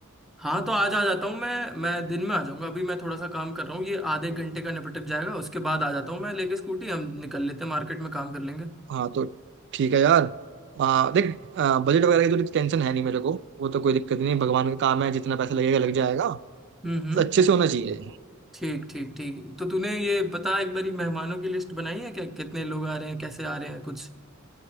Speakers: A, in the centre; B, on the right.
A: हाँ तो आज आ जाता हूँ मैं मैं दिन में आ जाऊंगा अभी मैं थोड़ा सा काम कर रहा हूँ ये आधे घंटे का निपट जाएगा उसके बाद आ जाता हूँ मैं लेके स्कूटी हम निकल लेते हैं मार्केट में काम कर लेंगे
B: हाँ तो ठीक है यार आ, देख बजट वगैरह की तो टेंशन है नहीं मेरे को वो तो कोई दिक्कत नहीं भगवान का काम है जितना पैसा लगेगा लग जाएगा बस
A: हम्म हम्म
B: अच्छे से होना चाहिए
A: ठीक ठीक ठीक तो तूने ये बता एक बारी मेहमानों की लिस्ट बनाई है क्या कितने लोग आ रहे हैं कैसे आ रहे हैं कुछ